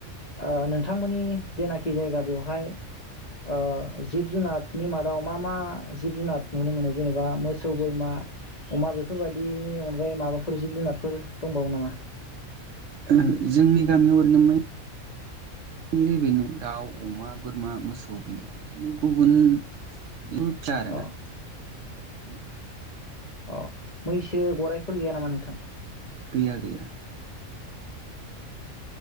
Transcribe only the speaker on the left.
ओ नोंथांमोननि जेनाखि जायगा बेवहाय ओ जिब- जुनारनि मादाव मा मा जिब जुनार नुनो मोनो जेनेबा मोसौ, बोरमा, अमा बेफोरबायदिनि अनगायै माबाफोर जिब जुनारफोर दंबावो नामा।
अ
अ मैसो गराइफोर गैया नामा नोंथां।